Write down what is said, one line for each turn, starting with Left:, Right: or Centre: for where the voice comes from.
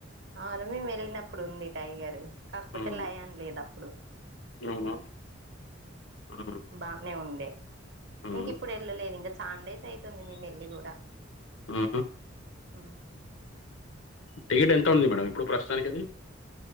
Right: అవును మేము ఏళ్ళినప్పుడు ఉంది టైగర్ కాకపోతే
Left: హ్మ్
Right: లయన్ లేదప్పుడు
Left: అవునా హ్మ్
Right: బానే ఉండే
Left: హ్మ్
Right: ఇంకిప్పుడు ఏళ్ళలేదు ఇంకా చాండేస్ అయితుంది మేము ఏల్లి కూడా
Left: మ్మ్
Right: ఆ
Left: టికెట్ ఎంత ఉంది మేడం ఇప్పుడు ప్రస్తుతానికది